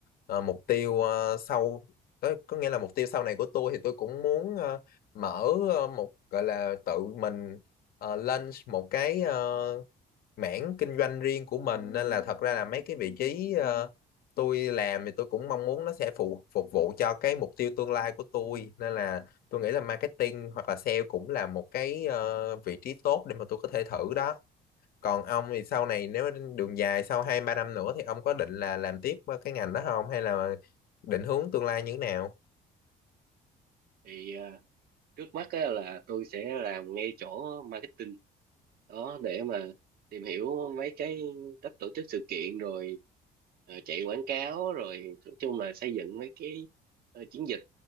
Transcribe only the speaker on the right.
thì ờ, trước mắt á, là tôi sẽ làm ngay chỗ marketing đó để mà tìm hiểu mấy cái cách tổ chức sự kiện rồi ờ, chạy quảng cáo rồi nói chung là xây dựng mấy cái ờ, chiến dịch